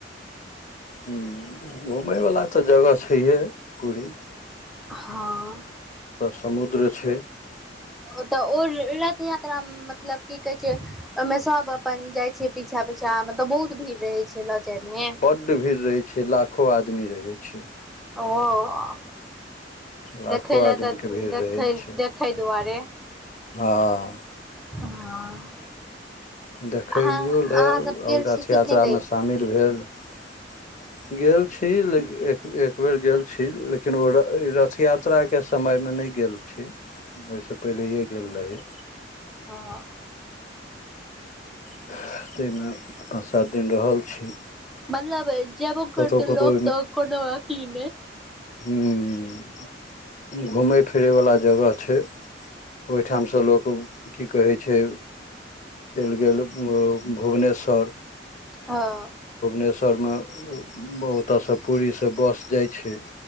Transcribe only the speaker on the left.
हूँ घुमैयवला तऽ जगह छैहे पूरी
पुरा समुद्र छै
बड भीड़ रहै छै लाखो आदमी रहै छै
लाखो
आदमी
के भीड़
रहै छै
हँ
देखैयो
लए
और
रथ
यात्रा
में शामिल भेल <inaudible> गेल छी लेकिन एक बेर गेल छी लेकिन ओ रथ यात्राके समयमे नै गेल छी ओइ स पहिले यै गेल रही
<unintelligible> तै में पाँच सात दिन रहल छी
कतहु कतहु
<unintelligible> घुमै फिरय वला जगह छै ओहिठामसँ लोक की कहै छै चैल गेल भुवनेश्वर
भुवनेश्वरमे ओतय स पूरी स बस जाइ छै